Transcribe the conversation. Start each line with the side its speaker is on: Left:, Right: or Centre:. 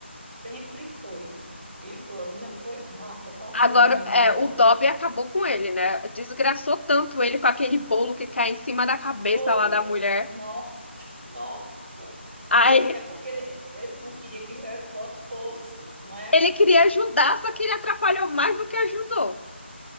Right: sempre foi. E pô, menina, foi massa essa
Left: Agora,
Right: cena aí
Left: é,
Right: do Dobby.
Left: o Dobby acabou com ele, né? Desgraçou tanto ele com aquele bolo que cai em cima da cabeça
Right: Foi.
Left: lá da mulher.
Right: Nossa, <laughs> nossa.
Left: Aí
Right: Ele, é porque ele, ele não queria que o Harry Potter fosse, não era?
Left: ele
Right: A
Left: queria ajudar, só que ele atrapalhou mais do que ajudou.